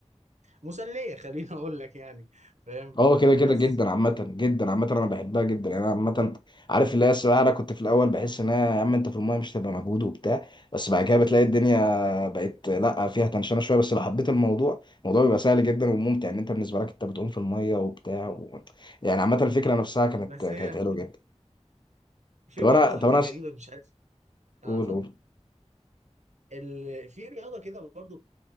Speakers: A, on the right; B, on the left.
A: ومسليه خليني اقول لك يعني فاهم
B: اه كده كده
A: بس
B: جدا عامة جدا عامة انا بحبها جدا يعني انا عامة عارف اللي هي السباحة انا كنت في الاول بحس ان هي يا عم انت في المايه مش هتبقى مجهود وبتاع بس بعد كده بتلاقي الدنيا بقت لا فيها تنشنة شوية بس لو حبيت الموضوع الموضوع بيبقى سهل جدا وممتع ان انت بالنسبة لك انت بتعوم في المايه وبتاع
A: مم.
B: و... يعني عامة الفكرة نفسها كانت
A: بس
B: كانت
A: هي
B: حلوه جدا
A: في
B: طب
A: برضه
B: انا طب
A: حاجة
B: انا أس-
A: غريبة مش عارف اه
B: قول
A: اتفضل
B: قول
A: ال... في رياضة كده برضه